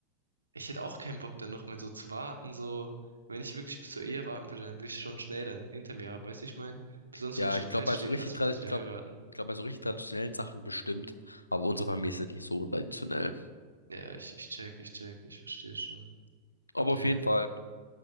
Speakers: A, on the right (about 80°); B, on the left (about 80°).
A: ich hätte auch keinen Bock, dann nochmal so zu warten, so. Wenn ich wirklich bis zur Ehe warten würde, dann würde ich schon schnell dann hinter mir haben, weißt du, ich mein? Besonders
B: Ja,
A: wenn schon
B: ich glaube
A: feststeht,
B: bei so richtig,
A: dass,
B: tra-
A: dass
B: ich
A: wir
B: glaube,
A: heiraten.
B: ich glaube bei so richtig traditionellen Sachen bestimmt. Aber unsere Familie ist jetzt nicht so traditionell.
A: Ja, ich, ich check, ich check, ich verstehe schon.
B: Aber
A: Nee.
B: auf jeden Fall,